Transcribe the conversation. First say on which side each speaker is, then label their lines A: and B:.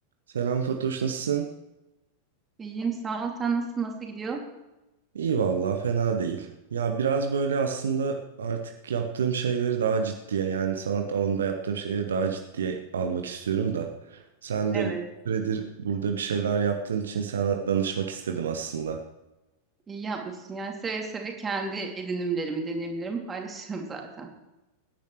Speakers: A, on the right; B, on the right.
A: Selam Fatoş, nasılsın?
B: İyiyim sağ ol. Sen nasıl nasıl gidiyor?
A: İyi vallahi fena değil. Ya biraz böyle aslında artık yaptığım şeyleri daha ciddiye yani sanat alanında yaptığım şeyleri daha ciddiye almak istiyorum da. Sen
B: Evet.
A: de uzun süredir burada bir şeyler yaptığın için sana danışmak istedim aslında.
B: İyi yapmışsın. Yani seve seve kendi edinimlerimi, deneyimlerimi paylaşırım zaten.